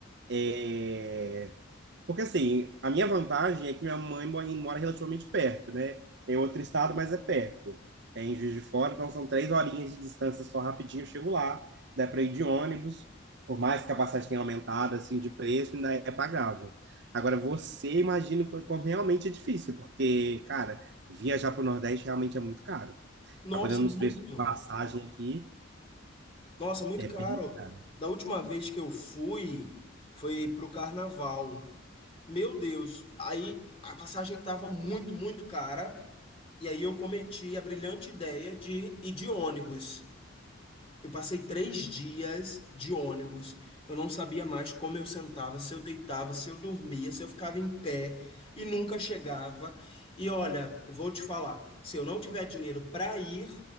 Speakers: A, on the right (about 55°); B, on the left (about 30°).
A: É, Porque assim, a minha vantagem é que minha mãe mo- mora relativamente perto, né? É outro estado, mas é perto. É em Juiz de Fora, então são três horinhas de distância só rapidinho, eu chego lá, dá para ir de ônibus, por mais que a passagem tenha aumentado assim de preço, ainda é pagável. Agora você imagina co- como realmente é difícil, porque, cara, viajar para o Nordeste realmente é muito caro.
B: Nossa,
A: Tava olhando
B: muito.
A: os preços de passagem aqui,
B: Nossa, muito
A: é
B: caro.
A: bem caro.
B: Da última vez que eu fui, foi pro carnaval. Meu Deus, aí a passagem tava muito, muito cara. E aí eu cometi a brilhante ideia de ir de ônibus. Eu passei três dias de ônibus. Eu não sabia mais como eu sentava, se eu deitava, se eu dormia, se eu ficava em pé e nunca chegava. E olha, eu vou te falar, se eu não tiver dinheiro para ir,